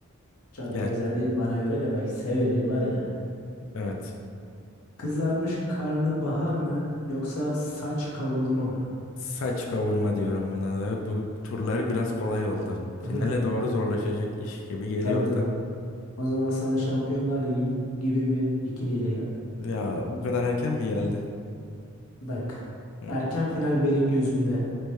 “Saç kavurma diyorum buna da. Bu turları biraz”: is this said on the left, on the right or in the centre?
Left